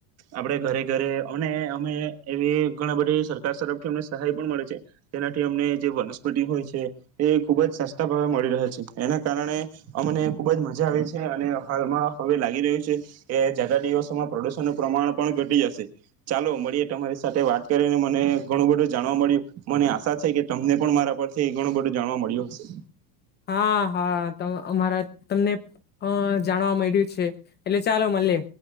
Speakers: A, on the right (about 35°); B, on the left (about 20°).
A: આપણે ઘરે ઘરે અને અમે એવી ઘણા બધી સરકાર તરફથી અમને સહાય પણ મળે છે તેનાથી અમને જે વનસ્પતિ હોય છે એ ખુબ જ સસ્તા ભાવે મળી રહે છે એના કારણે અમને ખુબ જ મજા આવે છે અને હાલમાં હવે લાગી રહ્યું છે કે જાતાા દિવસોમાં પ્રદુષણ પ્રમાણ પણ ઘટી જશે ચાલો મળીએ તમારી સાથે વાત કરીને મને ઘણું બધું જાણવા મળ્યું મને આશા છે કે તમને પણ મારા પરથી ઘણું બધું જાણવા મળ્યું હશે.
B: હા હા અમારા તમને જાણવા મળ્યું છે એટલે ચાલો મળે.